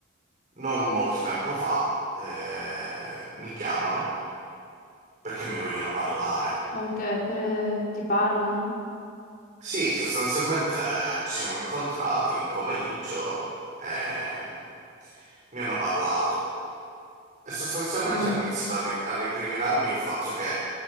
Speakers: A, on the right; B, on the left.
A: non molto tempo fa eh, mi chiamano perché mi vogliono parlare.
B: ok, per- ti parlano?
A: Sì, sostanzialmente ci siamo incontrati un pomeriggio e mi hanno parlato. E sostanzialmente
B: Mm,
A: hanno iniziato a, ri- a recriminarmi il fatto che